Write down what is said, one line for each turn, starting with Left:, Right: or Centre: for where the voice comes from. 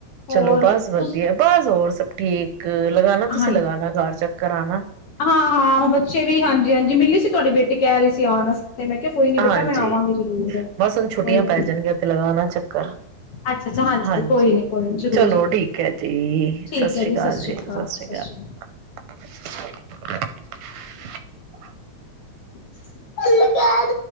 Right: ਚਲੋ
Left: ਹੋਰ
Right: ਬਸ ਵਧੀਆ
Left: ਤੁ
Right: ਬਸ ਹੋਰ ਸਭ ਠੀਕ ਲਗਾ ਤੁਸੀਂ
Left: ਹਾਂਜੀ
Right: ਲਗਾਉਣਾ ਕਾਰ ਚੱਕਰ ਆਨਾ
Left: ਹਾਂ ਹਾਂ ਬੱਚੇ ਵੀ ਹਾਂਜੀ ਹਾਂਜੀ ਮਿਲੀ ਸੀ ਤੁਹਾਡੀ ਬੇਟੀ ਕਹਿ ਰਹੀ ਸੀ ਆਉਣ ਵਾਸਤੇ ਮੈਂ ਕਿਹਾ ਕੋਈ ਨੀ
Right: ਹਾਂਜੀ
Left: ਬੇਟਾ ਮੈਂ ਆਵਾਂਗੀ ਜ਼ਰੂਰ
Right: ਬਸ ਹੁਣ ਛੁੱਟੀਆਂ
Left: ਕੋਈ ਨੀ
Right: ਪੈ ਜਾਣਗੀਆਂ ਤੇ ਲਗਾਣਾ ਚੱਕਰ
Left: ਅੱਛਾ ਅੱਛਾ
Right: ਹਾਂਜੀ
Left: ਕੋਈ ਨੀ ਕੋਈ ਨੀ ਜ਼ਰੂਰ
Right: ਚਲੋ
Left: ਜ਼ਰੂਰ
Right: ਠੀਕ ਹੈ ਜੀ
Left: ਠੀਕ
Right: ਸਤਿ ਸ੍ਰੀ
Left: ਹੈ
Right: ਅਕਾਲ
Left: ਸ਼੍ਰੀ
Right: ਜੀ
Left: ਅਕਾਲ
Right: ਸਤਿ ਸ੍ਰੀ ਅਕਾਲ
Left: ਸ਼੍ਰੀ <unintelligible>